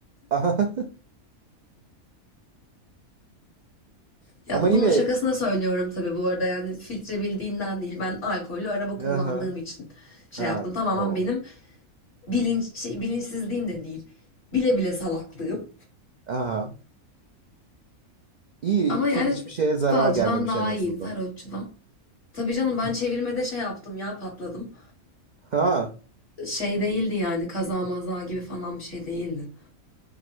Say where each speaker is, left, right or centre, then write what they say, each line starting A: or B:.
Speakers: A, on the right; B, on the left.
A: Aha. <laughs>
B: Ya
A: Ama
B: bunu
A: yine
B: şakasına söylüyorum tabii bu arada yani filtre bildiğinden değil ben alkollü araba kullandığım
A: Aha.
B: için şey
A: Ha,
B: yaptım. Tamamen
A: tamam.
B: benim bilinç şey bilinçsizliğim de değil. Bile bile salaklığım.
A: Aha. İyi
B: Ama
A: ki
B: yani
A: hiçbir şeye zarar
B: falcıdan
A: gelmemiş
B: daha
A: en azından.
B: iyiydi tarotçudan. Tabii canım ben çevirmede şey yaptım ya patladım.
A: Ha.
B: Şey değildi yani kaza maza gibi falan bir şey değildi.